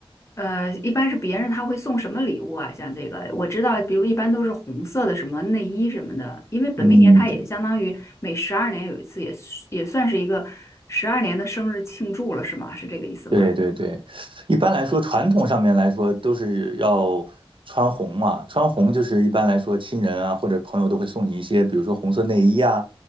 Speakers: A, on the left; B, on the right.
A: 呃，一般是别人他会送什么礼物啊？像这个，我知道，比如一般都是红色的什么内衣什么的，因为本命年它也相当于每十二年有一次也，
B: 嗯。
A: 也算是一个十二年的生日庆祝了，是吗？是这个意思吗？
B: 对对对，一般来说，传统上面来说都是要穿红嘛。穿红就是一般来说，亲人啊或者朋友都会送你一些，比如说红色内衣啊，